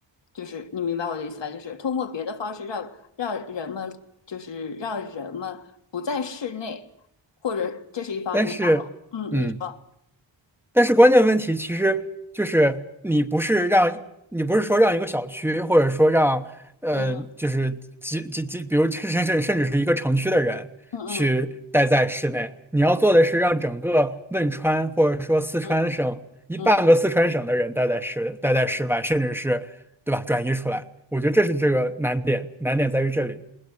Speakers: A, on the left; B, in the centre.
A: 就是你明白我的意思吧？就是通过别的方式让让人们，就是让人们不在室内，或者这是一方面。
B: 但是嗯。
A: 然后，嗯，你说，
B: 但是关键问题其实就是你不是让你不是说让一个小区，或者说让呃就是几几几，
A: 嗯
B: 比如甚至甚至是一个城区的人去待在室内，
A: 嗯嗯
B: 你要做的是让整个汶川或者说四川省一半个四川省的人待在室待在室外，
A: 嗯嗯
B: 甚至是对吧转移出来。我觉得这是这个难点，难点在于这里。